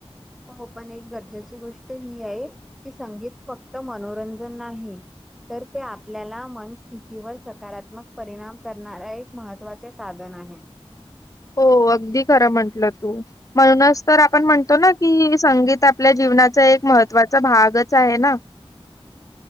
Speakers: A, in the centre; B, on the left.
A: हो पण एक गरजेची गोष्ट ही आहे की संगीत फक्त मनोरंजन नाही. तर ते आपल्याला मनस्थितीवर सकारात्मक परिणाम करणारा एक महत्त्वाचे साधन. <unintelligible>
B: हो अगदी खरं म्हंटलंत म्हणूनच तर आपण म्हणतो ना की संगीत आपल्या जी- - जीवनाचा एक महत्वाचा भागच आहे ना